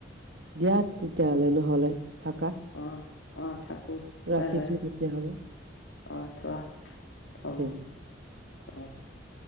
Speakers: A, on the right; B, on the left.
A: দিয়াত তেতিয়াহলে নহলে থাকা।
B: অ', অ', থাকো। বাই,
A: ৰাখিছো
B: বাই,
A: তেতিয়াহলে
B: অ', থোৱা
A: ঠিক
B: হ'ব।
A: আছে।
B: <unintelligible>